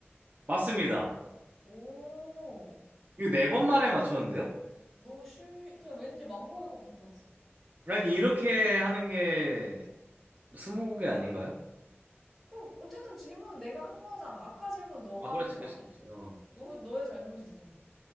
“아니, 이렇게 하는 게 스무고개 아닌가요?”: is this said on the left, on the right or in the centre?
Right